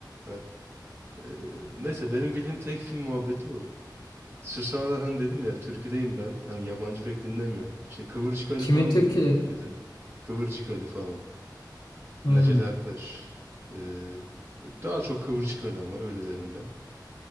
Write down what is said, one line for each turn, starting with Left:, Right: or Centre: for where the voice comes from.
Right: Heh. Ee, neyse benim bildiğim tek film muhabbeti o. Şu sıralar hani dedim ya türküdeyim ben. Hani yabancı pek dinlemiyorum. İşte Kıvırcık Ali
Left: Kimin
Right: falan
Left: türküleri?
Right: dinliyorum türküde. Kıvırcık Ali falan.
Left: Ha.
Right: Neşet Ertaş. Ee, daha çok Kıvırcık Ali ama öyle derim ben.